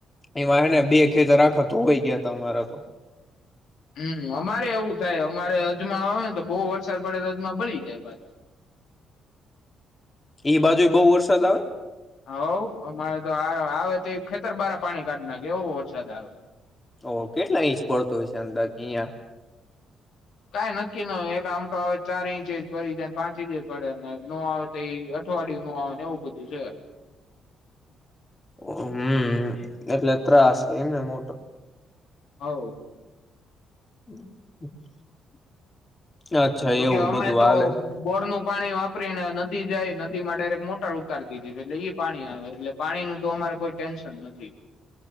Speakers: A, on the left; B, on the left.
A: એમાં એને બે ખેતર આખા તો ધોવાય ગયા ત અરા તો
B: હમ અમારે એવું થાય અમારે અજમા આવે ને તો બહુ વરસાદ પડે તો અજમા બળી જાય પાછો
A: એ બાજુ બહુ વરસાદ આવે
B: હઉ અમારે તો આવે તો એ ખેતર બાર પાણી કાઢી નાખે એવો વરસાદ આવે
A: ઓ કેટલા ઇંચ પડતો હોય છે અંદર અહિયાં
B: કાંઈ નક્કી ન એક આમઠો આવે ચાર ઇંચ પડીને પાંચ ઇંચ પડેને નો આવે તો એ અઠવાડિયું ન આવે એવું બધું છે
A: હમ એટલે ત્રાસ એમને મોટો
B: હવ
A: <unintelligible> અચ્છા
B: જોકે
A: એવું
B: અમે
A: બધું
B: તો
A: હાલે છે
B: બોર્ડ નું પાણી વાપરીને નદી જાય નદી માં ડાયરેક્ટ મોટર ઉતારી દીધી છે એટલે ઈ પાણી આવે એટલે પાણી નું તો અમારે કોઈ ટેન્શન નથી